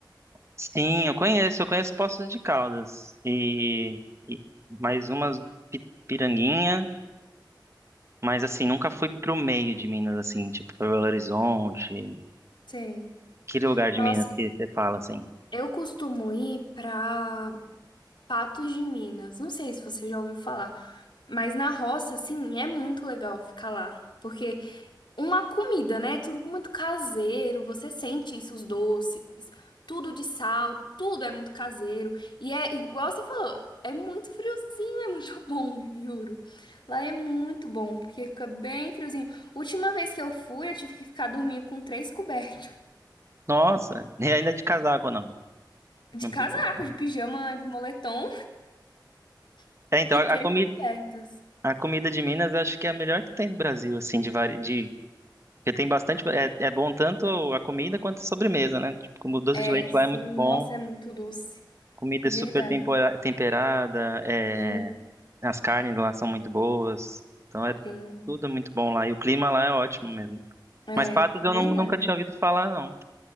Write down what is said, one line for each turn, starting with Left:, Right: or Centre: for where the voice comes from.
Right: Sim, eu conheço, eu conheço Poços de Caldas e, e mais umas pi- Piranguinha, mas assim, nunca fui pro meio de Minas, assim, tipo pra Belo Horizonte,
Left: Sei.
Right: aquele lugar de
Left: Nossa,
Right: Minas que você fala assim,
Left: eu costumo ir pra Patos de Minas. Não sei se você já ouviu falar, mas na roça, assim, é muito legal ficar lá. Porque uma comida, né? É Tudo muito caseiro, você sente isso, os doces, tudo de sal, tudo é muito caseiro. E é igual você falou, é muito friozinho, é muito <laughs> bom, juro. Lá é muito bom, porque fica bem friozinho. Última vez que eu fui, eu tive que ficar dormindo com três cobertas.
Right: nossa, <laughs> e ainda de casaco não,
Left: De
Right: não
Left: casaco,
Right: precisa.
Left: de pijama, de moletom <laughs>
Right: É, então
Left: e
Right: a,
Left: três
Right: comida
Left: cobertas.
Right: A comida de Minas acho que é a melhor que tem no Brasil, assim, de vari... de porque tem bastante, é, é bom tanto a comida quanto a sobremesa, né? Tipo, como o doce
Left: É,
Right: de leite
Left: sim,
Right: lá é muito
Left: nossa,
Right: bom,
Left: é muito doce.
Right: comida
Left: É
Right: é super
Left: verdade.
Right: tempora- temperada, é,
Left: Sim,
Right: as carnes lá são muito boas, então é
Left: sim.
Right: tudo muito bom lá e o clima lá é ótimo mesmo.
Left: É,
Right: Mas Patos
Left: é
Right: eu
Left: verdade.
Right: não- nunca tinha ouvido falar, não.